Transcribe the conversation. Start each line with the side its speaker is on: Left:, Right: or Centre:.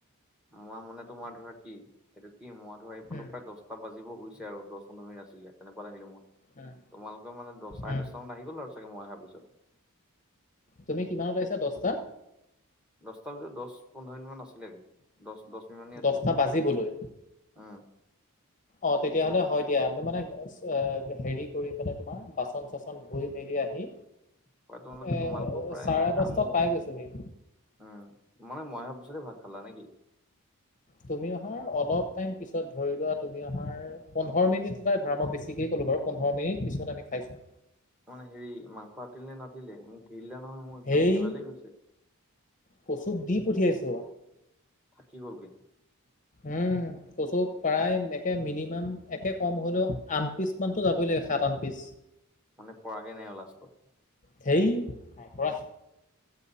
Centre: মই মানে তোমাৰ ধৰা কি এইটো কি মই ধৰা এই পালো
Left: উম
Centre: প্ৰায় দছ তাত বাজিবই হৈছে আৰু দহ পোন্ধৰ মিনিট আছিলে তেনেকুৱাত আহিলো মই
Left: উম
Centre: তোমালোকে মানে দহ চাৰে
Left: উম
Centre: দছটা মান আহি গ'লা আৰু চাগে মই অহাৰ পিছত
Left: তুমি কিমানত আহিছা দহটা
Centre: দহটা বজাত দহ পোন্ধৰ মিনিট মান আছিলেগে দহ দহ মিনিট মান আছিলোগ,
Left: দহটা বাজিবলৈ
Centre: উম
Left: অ তেতিয়াহলে হয় দিয়া আমি মানে হেৰি কৰি পেলাই তোমাৰ বাচন চাচন ধুই মেলি আহি
Centre: প্ৰায় তোমালোকে
Left: এ
Centre: তোমালোকো প্ৰায়
Left: চাৰে দছটাত
Centre: মোৰ
Left: পাই গৈছোগে
Centre: উম মানে মই অহা পিছতে ভাত খালা নেকি
Left: তুমি অহাৰ অলপ টাইম পিছত ধৰি লোৱা তুমি অহাৰ পোন্ধৰ মিনিটাই ধৰা মই বেছিকেই ক'লো বাৰু পোন্ধৰ মিনিট পিছত আমি খাইছো
Centre: মানে হেৰি মাংস আতিল নে নাতিলে, মোক ঢেই দিলা নহয় মোৰ একদম
Left: সেই
Centre: কিবা লাগি গৈছে
Left: কচুক দি পঠিয়াইছো
Centre: থাকি গলগে
Left: উম কচু প্ৰায়
Centre: হে
Left: নে একে মিনিমাম একে কম হ'লেও আঠ পিচ মানটো যাবই লাগে সাত আঠ পিচ
Centre: মানে পৰাগে নাই আৰু লাষ্টত
Left: সঠেই নাই পৰা